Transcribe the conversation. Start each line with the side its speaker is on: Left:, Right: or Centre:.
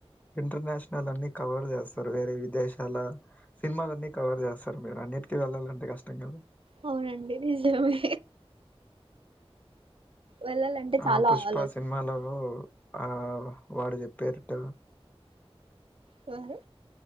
Left: ఇంటర్నేషనల్ అన్ని కవర్ చేస్తారు వేరే విదేశాల సినిమాలన్నీ కవర్ చేస్తారు మీరు అన్నిటికీ వెళ్ళాలంటే కష్టం కదా
Right: అవునండి నిజమే వెళ్ళాలంటే చాలా
Left: ఆ పుష్ప
Right: ఆలోచిస్తారు
Left: సినిమాలలో ఆ వాడు చెప్పారుట
Right: సారి